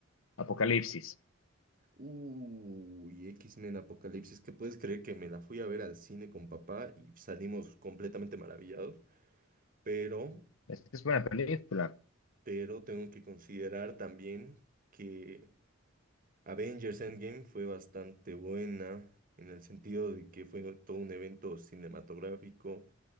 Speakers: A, on the left (about 85°); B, on the right (about 45°).
A: Apocalipsis.
B: Uy, X-Men Apocalipsis, que puedes creer que me la fui a ver al cine con papá y salimos completamente maravillados, pero,
A: Esta es buena película.
B: pero tengo que considerar también que Avengers Endgame fue bastante buena en el sentido de que fue todo un evento cinematográfico